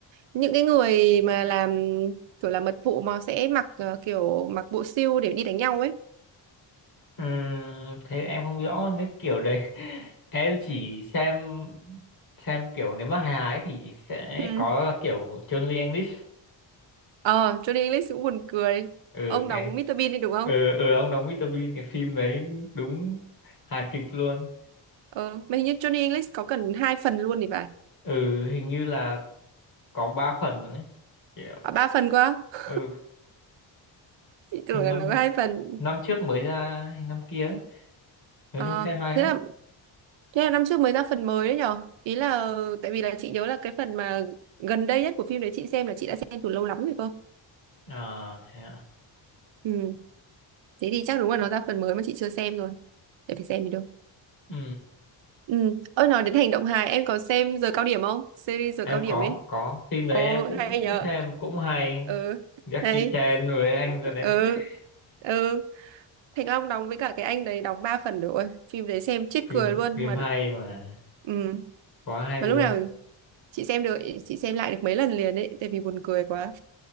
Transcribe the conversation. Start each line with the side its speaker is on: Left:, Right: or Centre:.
Right: những cái người mà làm kiểu là mật vụ mà sẽ mặc ờ, kiểu mặc bộ siêu để đi đánh nhau ấy.
Left: Ừm, thế em không rõ nếu kiểu đấy <laughs> em chỉ xem xem kiểu nếu mà hài ấy thì sẽ
Right: Ừ.
Left: có kiểu Johnny English
Right: Ờ, Johnny English cũng buồn cười.
Left: ừ
Right: Ông
Left: cái
Right: đóng Mr. Bean đi đúng không?
Left: ừ, ừ ông đóng Mr Bean cái phim đấy đúng hài kịch luôn
Right: Ờ, mà hình như Johnny English có cần hai phần luôn thì phải.
Left: ừ hình như là có 3 phần rồi đấy kiểu
Right: À, ba phần quá. á?
Left: ừ
Right: Chị tưởng
Left: hình
Right: là
Left: năm
Right: nó có hai phần.
Left: năm trước mới ra hay năm kia ấy nói
Right: Ờ,
Left: chung xem hay
Right: thế
Left: lắm
Right: là thế là năm trước mới ra phần mới đấy nhở? Ý là tại vì là chị nhớ là cái phần mà gần đây nhất của phim đấy chị xem là chị đã xem từ lâu lắm rồi cơ.
Left: à thế à
Right: Ừ, thế thì chắc đúng là nó ra phần mới mà chị chưa xem rồi. Để phải xem đi đâu.
Left: ừ
Right: Ừ, ôi nói đến hành động hài em có xem giờ cao điểm không? Series giờ
Left: em
Right: cao điểm
Left: có
Right: ấy.
Left: có phim đấy
Right: Ồ
Left: em cũng
Right: hay
Left: cũng
Right: nhở.
Left: xem cũng hay
Right: Ừ,
Left: Jackie
Right: hay.
Left: Chan với anh ra đến
Right: Ừ.
Left: <laughs>
Right: Ừ, Thành Long đóng với cả cái anh đấy đóng 3 phần rồi. Ôi, Phim đấy xem chết
Left: phim
Right: cười luôn
Left: phim
Right: mà.
Left: hay mà
Right: Ừ.
Left: quá hay
Right: Mà
Left: luôn
Right: lúc nào chị xem được chị xem lại được mấy lần liền ấy tại vì buồn cười quá